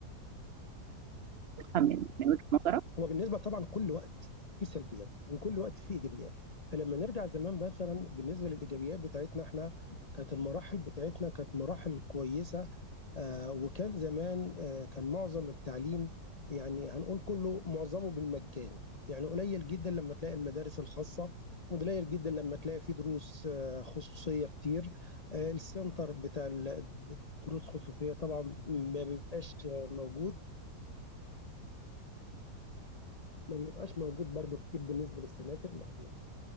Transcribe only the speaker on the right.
تفهم من من وجهة نظرك